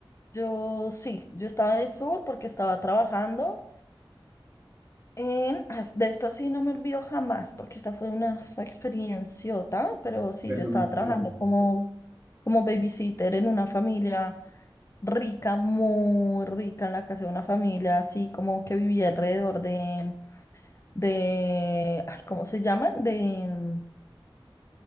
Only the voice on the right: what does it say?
Perdón,
me acuerdo.